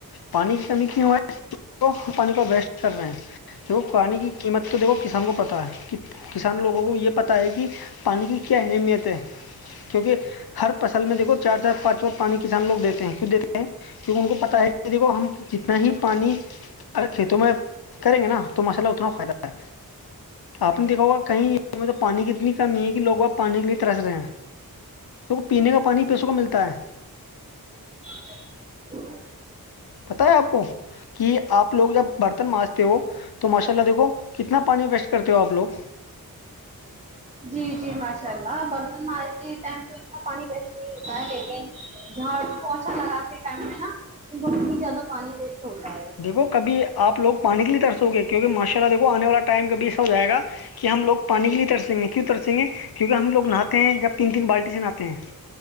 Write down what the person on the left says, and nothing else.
پانی کی کمی کیوں ہو ہے وہ پانی کو وسٹ کر رہے ہیں دیکھو پانی کی قیمت تو دیکھو کسان کو پتا ہے کسان لوگوں کو یہ پتا ہے کہ پانی کی کیا اہمیت ہے کیونکہ ہر فصل میں دیکھو چار چار پانچ و پانی کسان لوگ دیتے ہیں کیوں دیتے ہیں کیونکہ ان کو پت ہے کہ دیکھو ہم جتنا ہی پانی ارے کھیتوں میں کریں گے نا تو مساللہ اتنا فائدہ ہے آپ نے دیکھا ہوگا کہیں میں تو پانی کی اتنی کمی ہے کہ لوگ آپ پانی کے لیے ترس رہے ہیں کیونکہ پینے کا پانی پیسوں کو ملتا ہے
پت ہے آپ کو کہ آپ لوگ جب برتن مانجتے ہو تو ماشاء اللہ دیکو کتنا پانی ویسٹ کرتے ہو آپ لوگ
دیکو کبھی آپ لوگ پانی کے لیےرسو گے کیونکہ ماشاء اللہ دیکھو آنے والا ٹائم کبھی ای سا ہوائے گا کہ ہم لوگ پانی کے لیے ترسیں گے کیوں ترسیں گے کیونکہ ہم لوگ نہاتے ہیں جب تین تین بالٹی سے نہاتے ہیں